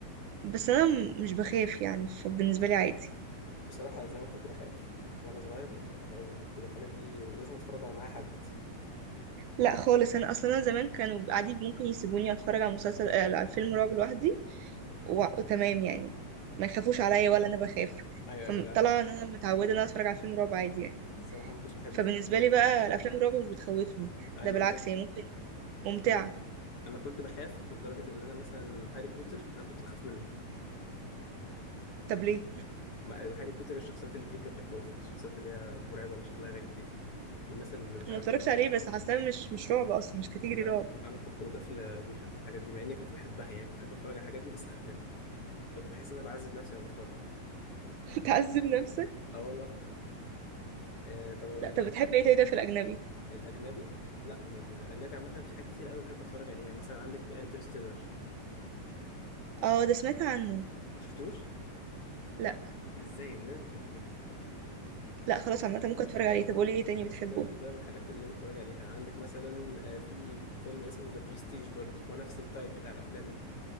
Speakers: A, on the right; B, on the left.
A: بس أنا م- مش بخاف يعني فبالنسبة لي عادي
B: بصراحة زمان كنت بخاف وأنا صغير كنت بخاف أوي كنت بالحاجات دي لازم أتفرج وأنا معايا حد
A: لا خالص أنا أصلا أنا زمان كانوا عادي ممكن يسيبوني أتفرج على مسلسل آه، على الفيلم رعب لوحدي و... وتمام يعني ما يخافوش عليا ولا أنا بخاف
B: أيوه
A: فطلع
B: أيوه لا أنا
A: إن أنا متعودة إن أنا أتفرج على فيلم رعب عادي يعني
B: الصراحة ما كنتش بحب
A: فبالنسبة
B: الحاجات دي
A: لي بقى الأفلام الرعب مش بتخوفني
B: عايز
A: ده بالعكس
B: أقول لك أنا
A: هي ممكن ممتعة
B: عمري أه أنا كنت بخاف لدرجة إن أنا مثلا هاري بوتر أنا كنت بخاف منه
A: طب ليه؟
B: مع- هاري بوتر الشخصيات اللي فيه كانت بتخوفني الشخصيات اللي هي مرعبة اللي شكلها غريب دي والناس اللي مش
A: <laughs> ما
B: عارف
A: اتفرجش عليه بس حاساه مش مش رعب أصلا مش كاتيجري
B: مين. لا
A: رعب
B: أنا كنت طفل بيخاف من الحاجات دي مع إني كنت بحبها يعني كنت بحب أتفرج على الحاجات دي بس أخاف منها كنت بحس إن أنا بعذب نفسي وأنا بتفرج
A: <laughs> تعذب نفسك
B: أه والله آه طب أقول
A: لا طب
B: لك
A: بتحب ايه تاني طيب في الاجنبي
B: الاجنبي لا من الاجنبي عامه في حاجات كتير قوي بحب اتفرج عليها يعني مثلا عندك انترستيلر
A: اه ده سمعت عنه
B: ما شفتوش
A: لا
B: ازاي لازم تشوفيه
A: لا خلاص عامه ممكن اتفرج عليه طب قولي ايه
B: انترستيلر
A: تاني بتحبه
B: ده من الحاجات اللي لازم تتفرج عليها عندك مثلا آه، في فيلم اسمه ذا برستيج برضه هو نفس التايب بتاع الافلام دي